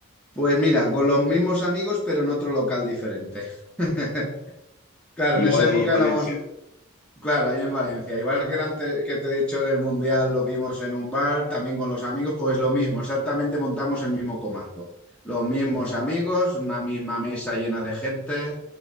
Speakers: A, in the centre; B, on the left.
A: Pues mira, con los mismos amigos, pero en otro local diferente. <laughs> Claro,
B: Igual
A: en esa época
B: ahí en Valencia,
A: éramos Claro, ahí en Valencia. Igual que el ante- que te he dicho en el Mundial, lo vimos en un bar, también con los amigos, pues lo mismo, exactamente montamos el mismo comando. Los mismos amigos, una misma mesa llena de gente,